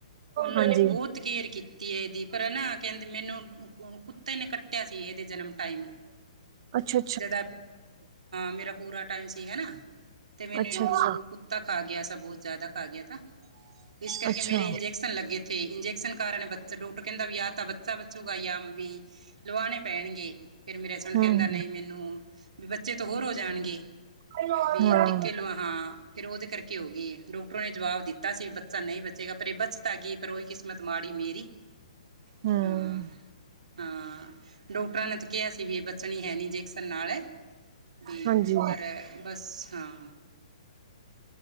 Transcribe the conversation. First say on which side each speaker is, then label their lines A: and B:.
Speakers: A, on the right (about 75°); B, on the right (about 35°).
A: ਉਹਨਾਂ
B: ਹਾਂਜੀ
A: ਨੇ ਬਹੁਤ ਘੇਅਰ ਕੀਤੀ ਹੈ, ਇਹਦੀ ਪਰ ਹਨ ਨਾ ਕਹਿੰਦੇ ਮੈਨੂੰ ਕੁੱਤੇ ਨੇ ਕੱਟਿਆ ਸੀ ਇਹਦੇ ਜਨਮ ਟਾਈਮ,
B: ਅੱਛਾ ਅੱਛਾ
A: ਜਦ ਮੇਰਾ ਹਾਂ ਪੂਰਾ ਟਾਈਮ ਸੀਗਾ ਨਾ। ਤੇ ਮੈਨੂੰ
B: ਅੱਛਾ
A: ਡੋ
B: ਅੱਛਾ
A: ਕੁੱਤਾ ਖਾ ਗਿਆ, ਸ ਬਹੁਤ ਜ਼ਿਆਦਾ ਖਾ ਗਿਆ ਤਾਂ, ਇਸ ਕਰਕੇ
B: ਅੱਛਾ
A: ਮੇਰੇ ਇੰਜੇ ਕ ਲੱਗੇ ਥੇ, ਇੰਜੈਕਸ਼ਨ ਕਾਰਨ ਬੱਚਾ ਡਾਕਟਰ ਕਹਿੰਦਾ ਵੀ, ਆਹ ਤਾਂ ਬੱਚਾ ਬਚੂਗਾ ਯ ਵੀ ਲਵਾਉਣੇ ਪੈਣਗੇ। ਫਿਰ ਮੇਰੇ ਹਸਬੈਂਡ
B: ਹਮ
A: ਕਹਿੰਦਾ ਨਹੀਂ ਮੈਨੂੰ, ਵੀ ਬੱਚੇ ਤੇ ਹੋਰ ਹੋ ਜਾਣਗੇ
B: ਹਾਂ
A: ਵੀ। ਟਿੱਕੇ ਲਓ ਹਾਂ, ਫਿਰ ਉਹਦੇ ਕਰਕੇ ਹੋ ਗਈ, ਡੋਕਟਰਾਂ ਨੇ ਜਵਾਬ ਦਿੱਤਾ ਸੀ, ਬੱਚਾ ਨਹੀਂ ਬਚੇਗਾ ਪਰ ਇਹ ਬਚ ਧਾ ਗ ਪਰ ਉਹੀ ਕਿਸਮਤ ਮਾੜੀ ਮੇਰੀ।
B: ਹਮ।
A: ਹਾਂ ਹਾਂ ਡੋਕਟਰਾਂ ਨੇ ਤਾਂ ਕਿਹਾ ਸੀ ਵੀ ਇਹ ਬਚਣੀ ਹੈ ਨੀ, ਜੇਅਕਸਨ ਨਾਲ। ਵੀ
B: ਹਾਂਜੀ
A: ਪਰ ਬਸ ਹਾਂ।